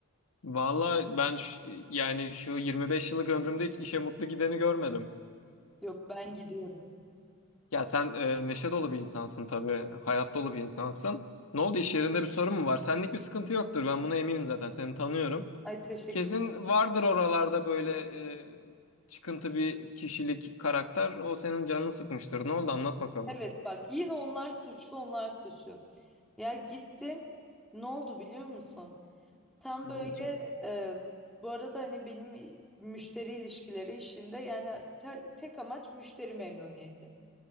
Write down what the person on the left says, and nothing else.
Vallahi ben ş- yani şu 25 yıllık ömrümde hiç işe mutlu gideni görmedim.
Ya sen e, neşe dolu bir insansın tabii. Hayat dolu bir insansın. Ne oldu iş yerinde bir sorun mu var? Senlik bir sıkıntı yoktur. Ben buna eminim zaten. Seni tanıyorum.
Kesin
vardır oralarda böyle e, çıkıntı bir kişilik karakter. O senin canını sıkmıştır. Ne oldu? Anlat bakalım.
Ne
olacak?